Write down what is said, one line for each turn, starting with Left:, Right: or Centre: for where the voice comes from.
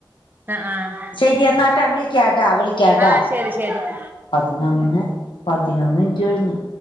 Right: ആഹ് ആഹ്
Left: ശെരി എന്നാട്ടാ വിള വിളിക്കാട്ടാ വിളിക്കാട്ടാ
Right: ആഹ് ശരി ശരി
Left: പതിനൊന്ന് പതിനൊന്ന് മിൻറ്റ് കഴിഞ്ഞ്